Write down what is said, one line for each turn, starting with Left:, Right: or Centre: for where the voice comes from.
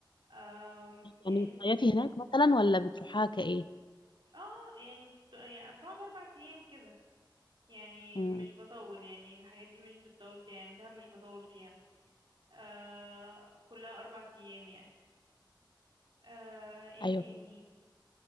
Right: آم، يعني
Left: يعني بتصيفي هناك مثلا ولا بتروحها كايه
Right: اه يعني بت- يعني بعد اربع ايام كده يعني
Left: مم.
Right: مش بطول يعني الحاجات دي مش بتطول فيها يعني دهب مش بطول فيها آه كلها أربع أيام يعني آه ايه
Left: ايوه
Right: تاني